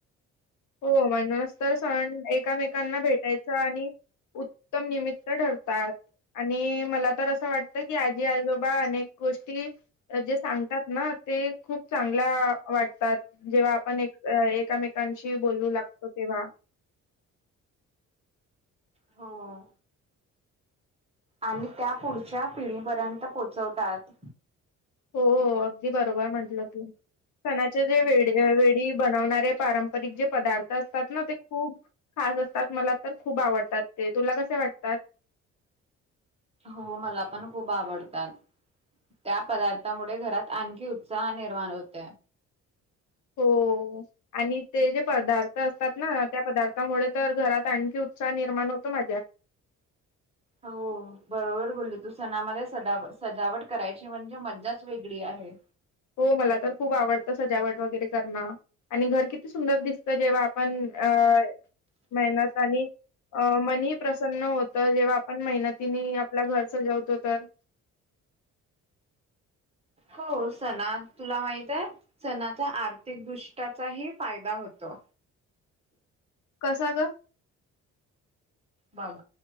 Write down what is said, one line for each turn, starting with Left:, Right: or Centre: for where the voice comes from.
Left: हो म्हणूनच तर सण एकामेकांना भेटायचा आणि उत्तम निमित्त ठरतात आणि मला तर असं वाटतं की आजी आजोबा अनेक गोष्टी जे सांगतात ना ते खूप चांगल्या वाटतात जेव्हा आपण एक एकमेकां बोलू लागत तेव्हा
Right: हो आणि त्या पुढच्या पिढीपर्यंत पोहोचवतात
Left: हो अगदी बरोबर म्हंटलं तू सणाचे जे वे वेळी बनवणारे पारंपरिक जे पदार्थ असतात ना ते खूप ख असत मला तर खूप आवडात तुला कसे वातात
Right: हो मला पण खूप आवडतात त्या पदार्थामुळे घरात आणखी उत्साह निर्माण होत
Left: हो आणि ते जे पदार्थ असतात ना त्या पदार्थामुळे तर घरात आणखी उत्साह निर्माण होत मजा
Right: हो बरोबर बोलली तू सणामध्ये सजाव सजावट करायची म्हणजे मज्जाच वेगळी आहे
Left: हो मला तर खूप आवडतं सजावट वगैरे करणं आणि घर किती सुंदर दिसतं जेव्हा आपण अ मेहनत आणि अ मनी प्रसन्न होत जेव्हा आपण मेहनतीनी आपलं घर सजवतो तर <unintelligible>
Right: हो सणा तुला माहित आहे सणाचा आर्थिक दृष्ट्याचाही फायदा होतो
Left: कसा ग
Right: बग